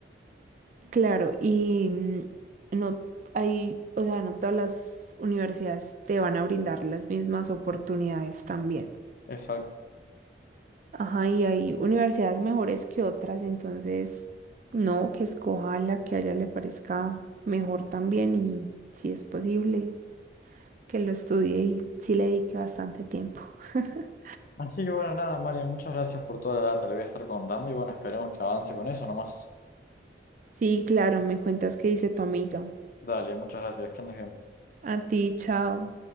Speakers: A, on the right; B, on the left.
A: Claro, y mm, no hay, o sea, no todas las universidades te van a brindar las mismas oportunidades también.
B: Exacto.
A: Ajá, y hay universidades mejores que otras, entonces, no, que escoja la que a ella le parezca mejor también y si es posible, que lo estudie y sí le dedique bastante tiempo. <laughs>
B: Así que bueno, nada, María, muchas gracias por toda la data, le voy a estar contando y bueno, esperemos que avance con eso nomás.
A: Sí, claro, me cuentas qué dice tu amiga.
B: Dale, muchas gracias, que andes bien.
A: A ti, chao.